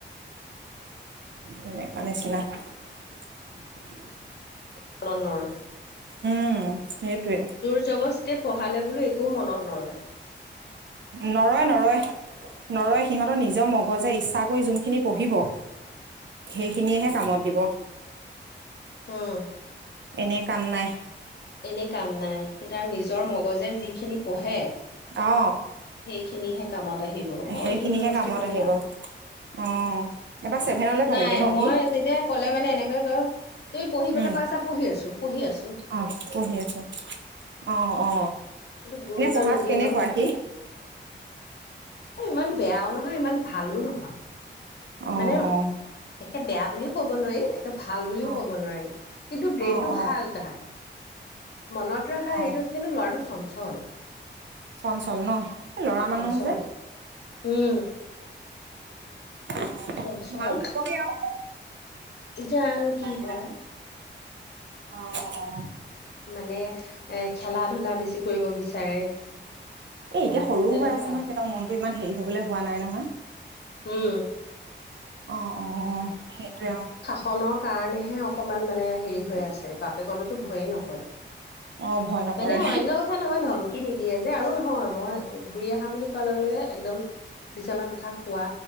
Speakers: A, on the right; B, on the left.
A: তেনেকুৱা নিচিনা। <inaudible>
B: নন নৰে
A: উম, সেইটোৱে।
B: জোৰ-জবজকে পঢ়ালে বোলো একো মনত নৰয়।
A: নৰয় নৰয়। নৰয়। সিহঁতৰ নিজৰ মগজে ইচ্ছা কৰি যোনখিনি পঢ়িব। সেইখিনিয়েহে কামত দিব।
B: উম।
A: এনেই কাম নাই।
B: এনেই কাম নাই। সি তাৰ নিজৰ মগজে যিখিনি পঢ়ে।
A: অ
B: সেইখিনিহে কামত আহিব। মই
A: সেইখিনিহে
B: জোৰ জবস্তি
A: কামত
B: কৰি
A: আহিব
B: লাভ
A: অ, এবাৰ ছেভেননলৈ
B: নাই
A: পালেগৈ ন
B: মই
A: সি?
B: তেতিয়া ক'লে মানে এনেকৈ ক তুমি পঢ়িবলৈ
A: উম
B: কৈ আছা পঢ়ি আছো, পঢ়ি আছো।
A: অ পঢ়ি আছো। অ অ
B: কিন্তু গুৰুত্ব
A: এনে পঢ়াত
B: নিদিয়ে
A: কেনেকুৱা
B: ন এই
A: সি?
B: ইমান বেয়াও নহয় ইমান ভালো নহয়।
A: অ
B: মানে
A: অ
B: একে বেয়া বুলিও ক'ব নোৱাৰি একে ভাল বুলিও
A: অ
B: ক'ব নোৱাৰি। কিন্তু ব্ৰেইনটো
A: অ অ
B: ভাল তাৰ। মনত ৰখা
A: অ
B: সেইটো কিন্তু ল'ৰাটো চঞ্চল।
A: চঞ্চল ন। এ ল'ৰা
B: চঞ্চল
A: মানুহ যে
B: উম
A: অ
B: চঞ্চল
A: ভাল হবগে আৰু
B: জানো কি
A: লাহে
B: হয়।
A: লাহে অ অ
B: মানে এ খেলা - ধূলা বেছি কৰিব বিচাৰে।
A: এ
B: অ
A: এতিয়া সৰুও
B: তেনেকুৱা
A: হৈ আছে নহয়। সিহঁতৰ মনটো ইমান হেৰি হবলৈ হোৱা নাই নহয়।
B: উম
A: অ অ অ সেইটোৱে।
B: কনৰ কাৰণেহে অকমান মানে হেৰি হৈ আছে বাপেকলৈতো ভয়ে নকৰে।
A: অ ভয় নকৰে
B: মানে <unintelligible> সি নিদিয়ে যে আৰু নহয় মই
A: অ
B: ঘূৰি অহাৰ বুলি কোৱাৰ লগে লগে একদম বিচনাত উঠা খোৱা,